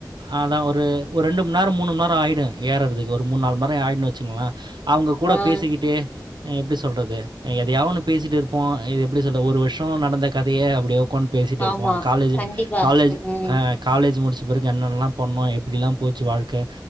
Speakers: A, on the right (about 85°); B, on the left (about 20°).
A: அதா ஒரு ஒரு ரெண்டு மணி நேரோ மூணு மணி நேரோ ஆயிடு ஏர்றதுக்கு ஒரு மூண் நால் மண் நேரோ ஆகிடுன்னு வச்சுங்களே அவுங்க கூட
B: ஆ
A: பேசிக்கிட்டே அ எப்படி சொல்றது எதயாவது ஒன்னு பேசிகிட்டு இருப்போ இது எப்படி சொல்ல ஒரு வருஷோ நடந்த கதய அப்படியே உக்காந்து பேசிட்டு இருப்போ
B: ஆமா
A: காலேஜ்
B: கண்டிப்பா
A: காலேஜ்
B: ம்
A: அ காலேஜ் முடிச்ச பிறகு என்னென்னலா பண்ணோ எப்படிலா போச்சு வாழ்க்க